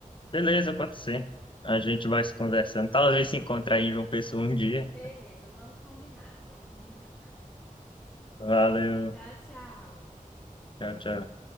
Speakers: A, on the left; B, in the centre.
A: Beleza, pode ser. A gente vai se conversando. Talvez se encontre aí em João Pessoa um dia.
B: Beleza, vamos combinar, vamos combinar.
A: Valeu.
B: Tchau, tchau.
A: Tchau, tchau.